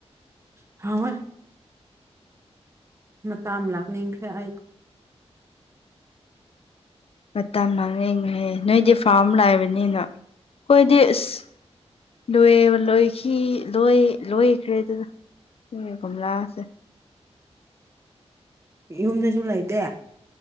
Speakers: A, on the right; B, on the left.
A: ꯍ ꯃꯇꯥ ꯑꯃ ꯂꯥꯛꯅꯤꯡꯈ꯭ꯔꯦ ꯑꯩ
B: ꯃꯇꯝ ꯃꯥꯡꯛꯈꯩ ꯅꯣꯏꯗꯤ ꯐꯥꯔꯝ ꯂꯥꯛꯕꯅꯤꯅ ꯑꯩꯈꯣꯏꯗꯤ ꯑꯁ ꯂꯣꯏꯕ ꯂꯣꯏꯈꯤ ꯂꯣꯏꯈ꯭ꯔꯦ ꯑꯗꯨꯗ ꯀꯒꯣꯝꯂꯥꯁꯦ
A: ꯌꯨꯝꯗꯁꯨ ꯂꯩꯇꯦ